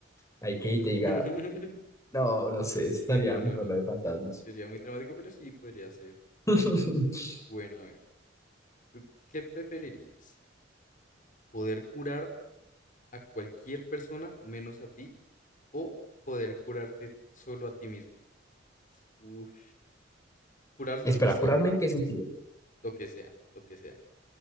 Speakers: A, on the left (about 15°); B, on the left (about 45°).
A: Hay que y
B: <laughs>
A: te diga, no, no sé, estaría
B: Uy, no,
A: mejor
B: no, no.
A: lo de fantasmas.
B: se- Sería muy traumático, pero sí podría ser.
A: <laughs>
B: Bueno, a ver. ¿Tú qué preferirías? ¿Poder curar a cualquier persona menos a ti o poder curarte solo a ti mismo? Uf, curar lo
A: ¿Espera
B: que sea,
A: curarme en qué sentido?
B: lo que sea, lo que sea.